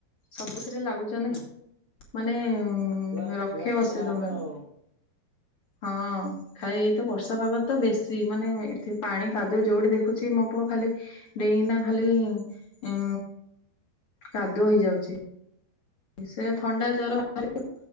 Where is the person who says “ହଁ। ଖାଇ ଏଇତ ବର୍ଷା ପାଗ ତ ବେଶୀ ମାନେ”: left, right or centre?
Left